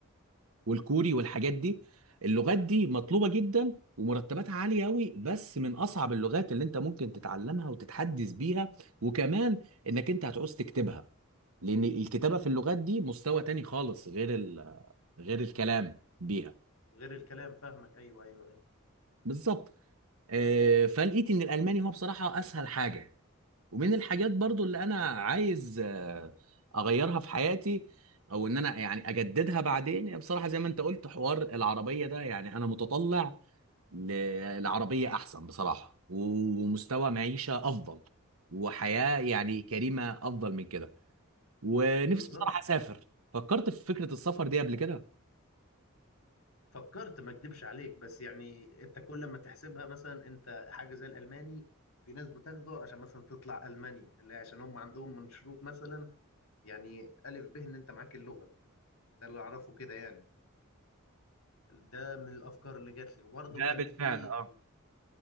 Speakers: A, on the right (about 80°); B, on the left (about 80°).
A: والكوري والحاجات دي اللغات دي مطلوبة جدا ومرتباتها عالية قوي بس من أصعب اللغات اللي أنت ممكن تتعلمها وتتحدث بيها وكمان إنك أنت هتعوز تكتبها لأن الكتابة في اللغات دي مستوى تاني خالص غير ال... غير الكلام بيها
B: غير الكلام فاهمك ايوه ايوه ايوه
A: بالظبط آه، فلقيت ان الالماني هو بصراحه اسهل حاجه ومن الحاجات برضو اللي انا عايز آه، اغيرها في حياتي او ان انا يعني اجددها بعدين بصراحه زي ما انت قلت حوار العربيه ده يعني انا متطلع ل- العربية أحسن بصراحة و- ومستوى معيشة أفضل وحياة يعني كريمة أفضل من كده ونفسي
B: بالظبط
A: بصراحة أسافر فكرت في فكرة السفر دي قبل كده
B: فكرت ما اكدبش عليك بس يعني انت كل ما تحسبها مثلا انت حاجه زي الالماني في ناس بتاخده عشان مثلا تطلع المانيا اللي هي عشان هم عندهم من شروط مثلا يعني الف ب ان انت معاك اللغه ده اللي اعرفه كده يعني ده من الافكار اللي جات لي وبرضه
A: ده
B: كانت
A: بالفعل
B: في
A: اه